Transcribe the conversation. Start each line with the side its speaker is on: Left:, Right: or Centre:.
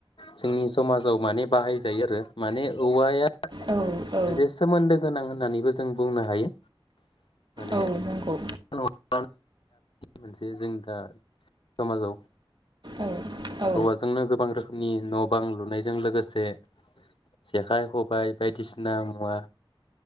Left: जोंनि समाजाव माने बाहायजायो आरो माने औवाया
Right: औ औ
Left: मोनसे सोमोन्दो गोनां होननानैबो जो जों बुंनो हायो। माने
Right: औ
Left: <inaudible>
Right: नंगौ
Left: <unintelligible> मोनसे जों दा समाजाव
Right: औ औ
Left: औवाजोंनो गोबां रोखोमनि न' बां लु नायजों लोगोसे जेखाइ खबाइ बायदिसिना मुवा